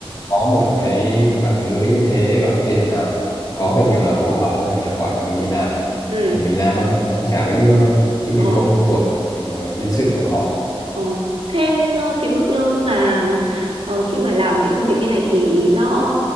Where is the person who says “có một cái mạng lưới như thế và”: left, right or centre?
Left